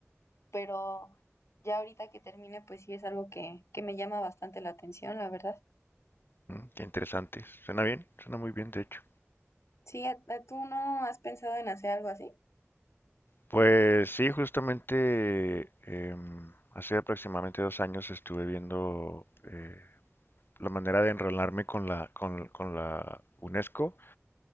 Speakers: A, on the left (about 70°); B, on the left (about 45°).
A: pero ya ahorita que termine, pues sí es algo que, que me llama bastante la atención, la verdad.
B: Mm, Qué interesante. Suena bien, suena muy bien, de hecho.
A: Sí, ¿a- a- ¿tú no has pensado en hacer algo así?
B: Pues sí, justamente em, hace aproximadamente dos años estuve viendo eh, la manera de enrolarme con la, con, con la UNESCO.